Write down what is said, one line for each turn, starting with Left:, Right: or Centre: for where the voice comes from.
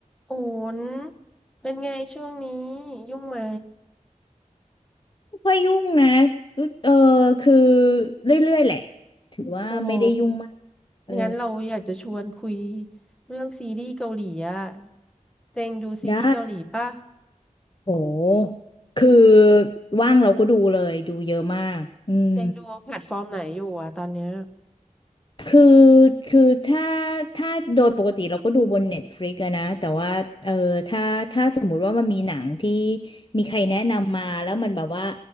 Centre: โอ้นเป็นไงช่วงนี้ยุ่งไหม
Left: ค่อยยุ่งนะรู้เออคือเรื่อยๆแหละถือว่าไม่ได้ยุ่งมาก
Centre: โอ้โห
Left: เออ
Centre: งั้นเราอยากจะชวนคุยเรื่องซีรีส์เกาหลีอะเต็งดูซีรีส์เกาหลีป่ะ
Left: ได้โหคือว่างเราก็ดูเลยดูเยอะมากอืม
Centre: เต็งดูแพลตฟอร์มไหนอยู่อะตอนเนี้ย
Left: คือคือถ้าถ้าโดยปกติเราก็ดูบน Netflix อะนะแต่ว่าเออถ้าถ้าสมมุติว่ามันมีหนังที่มีใครแนะนำมาแล้วมันแบบว่า